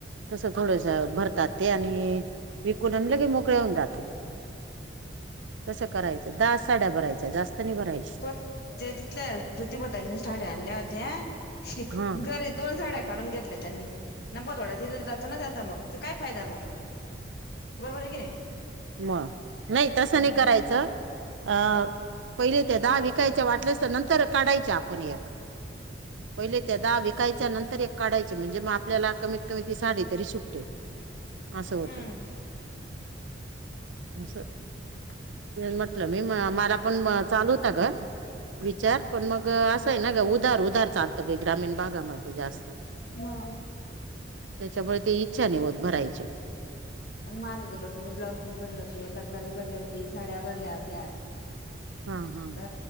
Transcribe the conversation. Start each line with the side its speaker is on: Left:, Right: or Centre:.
Right: तसं थोडस भरतात ते आणि विकून आणि लगे मोकळ्या होतात तसं करायचं दहा साड्या भरायच्या जास्त नाही भरायच्या
Left: पर ते तिल्या प्रतिभाताईंनी साड्या आणल्या होत्या
Right: हा
Left: घरी दोन साड्या फाडून घेतलं त्यांनी नप थोडा ते जातो ना त्याचा मग ते काय फायदा मग बरोबर आहे की नाही
Right: म नाही तसं नाही
Left: मग
Right: करायचं अ पहिले त्या दहा विकायच्या वाटल्यास तर नंतर काढायच्या आपण एक पहिले त्या दहा विकायच्या नंतर एक काढायचे म्हणजे मग आपल्याला कमीत कमी ती साडे तरी सुट्टते असं होत
Left: हम्म
Right: त स
Left: हंहं
Right: म्हटलं मी मला पण चालू होता ग विचार पण मग ना ग उधार उधार चालतं ग्रामीण भागामध्ये जास्त
Left: ह
Right: त्याच्यामुळे ते इच्छा नि होत भरायची
Left: माझं तर डोकं मी ब्लाउज पीस भरले होते कटलरी भरली होती साड्या भरल्या होत्या
Right: हा हा
Left: अ